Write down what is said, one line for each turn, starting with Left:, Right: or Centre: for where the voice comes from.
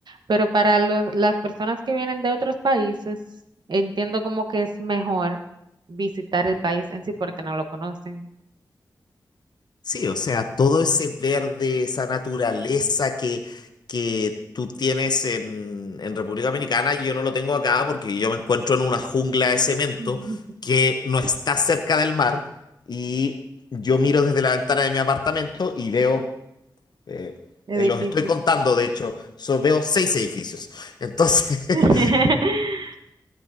Right: Pero para los- las personas que vienen de otros países, entiendo como que es mejor visitar el país en sí porque no lo conocen.
Left: Sí, o sea, todo ese verde, esa naturaleza que, que tú tienes en, en República Dominicana, yo no lo tengo acá porque yo me encuentro en una jungla de cemento
Right: <laughs>
Left: que no está cerca del mar y yo miro desde la ventana de mi apartamento y veo, eh,
Right: Es
Left: eh,
Right: difícil.
Left: los estoy contando, de hecho, so- veo seis edificios. Entonces,
Right: <laughs>
Left: <laughs>